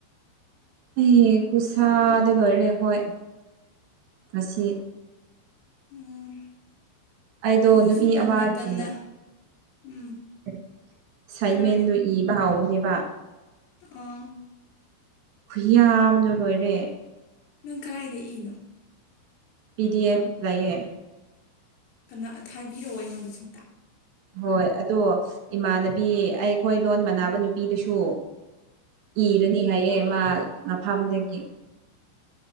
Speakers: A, on the right; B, on the left.
A: ꯑꯩꯌꯦ ꯈꯨꯁꯥꯗꯨꯒ ꯂꯣꯏꯔꯦ ꯍꯣꯏ ꯉꯁꯤ
B: ꯎꯝ
A: ꯑꯩꯗꯣ
B: ꯐꯤꯁꯨ
A: ꯅꯨꯄꯤ
B: ꯇꯟꯅ
A: ꯑꯃꯒꯤ
B: ꯇꯟꯅ
A: ꯑꯦ
B: ꯎꯝ
A: ꯑꯦꯁꯥꯏꯟꯃꯦꯟꯗꯨ
B: ꯍꯥꯏꯔꯣꯅꯦ
A: ꯏꯕ ꯍꯧꯕꯅꯦꯕ
B: ꯑꯥ
A: ꯈꯨꯌꯥꯝꯗꯣ ꯂꯣꯏꯔꯦ
B: ꯅꯪ ꯀꯗꯥꯏꯗ ꯏꯅꯣ
A: ꯄꯤ ꯗꯤ ꯑꯦꯐ ꯂꯩꯌꯦ
B: ꯀꯅꯥ ꯊꯥꯕꯤꯔꯛꯑꯣ ꯑꯩꯉꯣꯟꯗꯁꯨ ꯑꯝꯇ
A: ꯍꯣꯏ ꯑꯗꯣ ꯏꯃꯥꯟꯅꯕꯤ ꯑꯩꯈꯣꯏ ꯂꯣꯟ ꯃꯅꯥꯅꯕ ꯅꯨꯄꯤꯗꯨꯁꯨ ꯏꯔꯅꯤ ꯍꯥꯏꯌꯦ ꯃꯥ ꯃꯐꯝꯗꯒꯤ